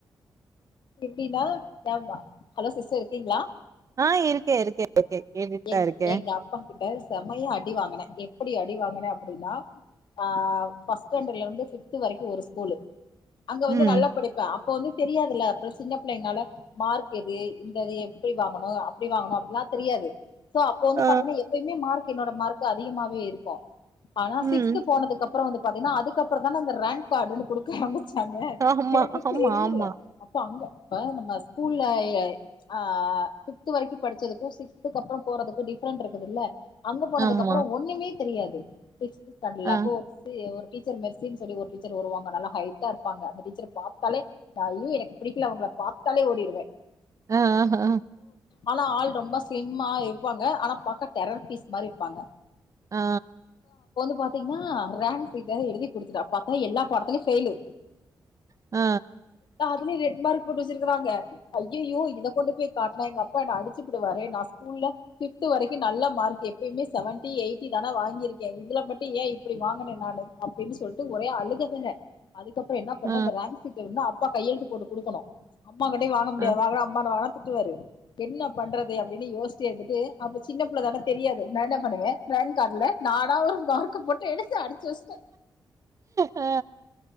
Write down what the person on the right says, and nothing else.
ஆ இருக்கேன் இருக்கேன் இருக்கேன்.
கேட்டுட்டு
தான் இருக்கேன்.
ம்.
ஆ.
ம்.
ஆமா
ஆமா
ஆமா
ஆமா.
ஆ.
அ ஆஹா
ஆ
அ
ஆ.
ஆ.
ஆ. ஆ.